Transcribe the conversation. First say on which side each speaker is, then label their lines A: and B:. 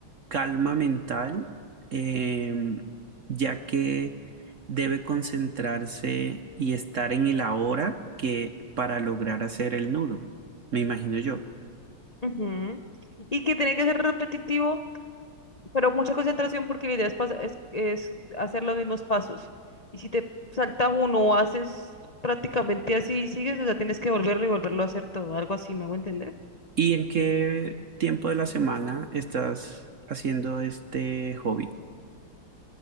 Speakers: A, on the right; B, on the left.
A: calma mental, em, ya que debe concentrarse y estar en el ahora que para lograr hacer el nudo, me imagino yo.
B: Ujú. Y que tiene que ser repetitivo, pero mucha concentración porque la idea es, pas- es, es hacer los mismos pasos. Y si te saltas uno o haces prácticamente así y sigues, o sea, tienes que volverlo y volverlo a hacer todo, algo así, ¿me hago entender?
A: ¿Y en qué tiempo de la semana estás haciendo este hobby?